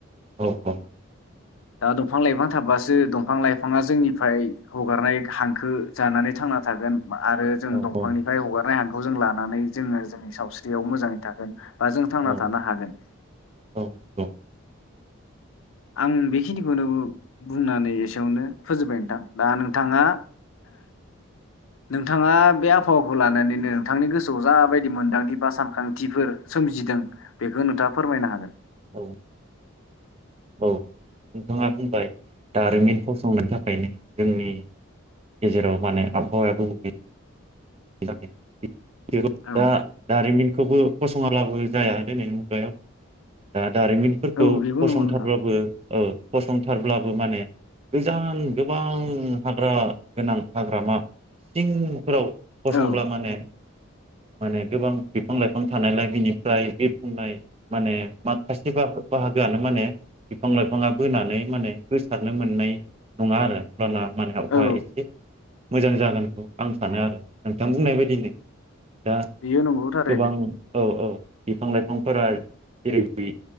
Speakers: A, on the right; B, on the left.
A: औ अ
B: दा दंफां लाइफां थाबासो दंफां लाइफाङा जोंनिफ्राय हगारनाय हांखो जानानै थांना थागोन। आ आरो जों दंफांनिफ्राय
A: औ
B: हगारनाय हां खौ जों लानानै जोङो जोंनि सावस्रियाव मोजाङै थागोन। बा जों थांना
A: औ
B: थानो हागोन।
A: औ अ
B: आं बेखिनिखौनो बुंनानै एसेयावनो फोजोबबाय नोंथां दा नोंथाङा नोंथाङा बे आबहावाखौ लानानैनो नोंथांनि गोसोआव जाबायदि मोनदांथि बा सानखांथिफोर सोमजिदों बेखौ नोंथाङा फोरमायनो हागोन
A: औ अ नोंथाङा बुंबाय दारिमिन फसंनायनि थाखायनो जोंनि गेजेराव माने आबहावाया गुबुंयै है थाखे है जेबो
B: औ
A: दा दारिमिन खौबो फसङाब्लाबो जाया दोनैनि मुगायाव दा दारिमिनफोरखौ
B: औ बेबो
A: फसंथारब्लाबो
B: नंगौ नोंथां
A: औ फसंथारब्लाबो माने गोजान गोबां हाग्रा गोनां हाग्रामा सिंफोराव फसंब्ला
B: औ
A: माने माने गोबां बिफां लाइफां थानायलाय बिनिफ्राय बिफुंनाय माने माखासे बाहागो बाहागोआनो माने बिफां लाइफाङा बोनानै माने गोसारनो मोननाय नङा आरो पोना मान हाबबाय
B: औ
A: एसे मोजां जागोनखौ आं सानो आरो नोंथां बुंनाय बायदिनो दा
B: बेयो नंगौ थारैनो
A: गोबां औ औ बिफां लाइफांफोरा जेरैबि